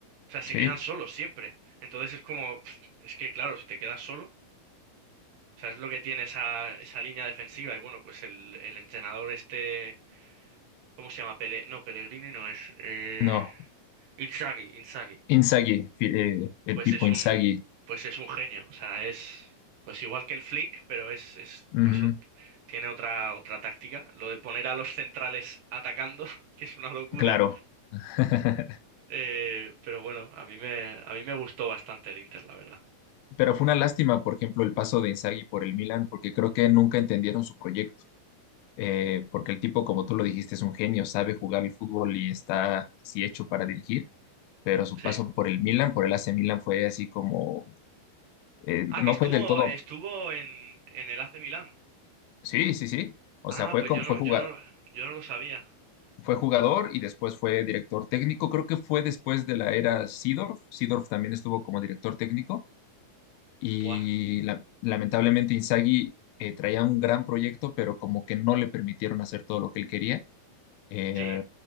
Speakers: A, on the right; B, on the left.
A: O sea, se
B: Sí.
A: quedan solos siempre. Entonces es como, pf, es que, claro, si te quedas solo, o sea, es lo que tiene esa, esa línea defensiva. Y bueno, pues el, el entrenador este, ¿cómo se llama? Pele, no, Pellegrini no es. Eh,
B: No.
A: Inzaghi, Inzaghi.
B: Inzaghi, fi- eh, el
A: pues
B: Pipo
A: es un,
B: Inzaghi.
A: pues es un genio. O sea, es pues igual que el Flick, pero es, es
B: Ujú,
A: pues ot- tiene otra, otra táctica. Lo de poner a los centrales atacando, <laughs> que es una locura.
B: Claro. <laughs>
A: Eh, pero bueno, a mí me, a mí me gustó bastante el Inter, la verdad.
B: Pero fue una lástima, por ejemplo, el paso de Inzaghi por el Milan, porque creo que nunca entendieron su proyecto. eh, porque el tipo, como tú lo dijiste, es un genio, sabe jugar el fútbol y está así hecho para dirigir, pero su
A: Sí.
B: paso por el Milan, por el AC Milan, fue así como, eh, no
A: Ah, que estuvo,
B: fue del todo,
A: estuvo en, en el AC Milán.
B: sí, sí, sí, o
A: Ah,
B: sea, fue,
A: pues
B: como-
A: yo no,
B: fue juga,
A: yo no, yo no lo sabía.
B: Fue jugador y después fue director técnico. Creo que fue después de la era Seedorf. Seedorf también estuvo como director técnico. Y
A: Buah,
B: la- lamentablemente Inzaghi eh, traía un gran proyecto, pero como que no le permitieron hacer todo lo que él quería. Eh,
A: sí.